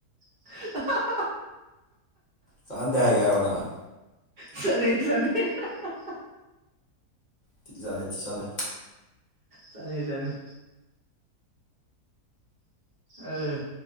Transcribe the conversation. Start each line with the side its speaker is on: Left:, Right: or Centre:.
Right: <unintelligible>
Left: ꯆꯥꯟꯗꯦ ꯍꯥꯏꯒꯦ ꯍꯥꯏꯔꯣ ꯅꯪ
Right: ꯆꯥꯅꯩ ꯆꯥꯅꯩ <unintelligible>
Left: ꯊꯤ ꯆꯥꯅꯩ ꯊꯤ ꯆꯥꯅꯩ
Right: ꯆꯥꯅꯩ ꯆꯥꯅꯩ꯫ ꯑꯥꯏ